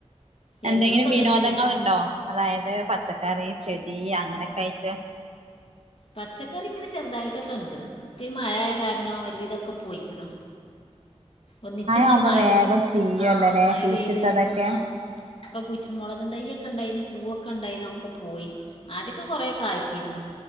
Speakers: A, on the right; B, on the left.
A: എന്തെങ്കിലും
B: എന്നുപ്പോ ഇതന്നെല്ലേ
A: വിനോദങ്ങൾ ഉണ്ടോ അതായത് പച്ചക്കറി ചെടി അങ്ങനെയൊക്കെ ആയിട്ട്
B: പച്ചക്കറി ഇങ്ങനെ ചെറുതായിട്ടൊക്കെ ണ്ട് പ്പം ഈ മഴയ കാരണോം ഒരുവിധൊക്കെ പോയിക്ക്ണ് ഒന്നിച്ച് ഇങ്ങടെ
A: ആവുമ്പോ
B: മഴ
A: വേഗം
B: പെയ
A: ചീയ്യുവല്ലല്ലേ
B: ആഹ മഴ
A: കുഴിച്ചിട്ടതൊക്കെ
B: പെയ്ത് ആ ഇപ്പൊ കൂറ്റിന് മുളകും തൈയ ഒക്കെ ഉണ്ടായിന്ന് പൂവൊക്കെ ഉണ്ടായിന്നൊക്കെ പോയി ആദ്യൊക്കെ കൊറേകായ്ച്ചിരുന്നു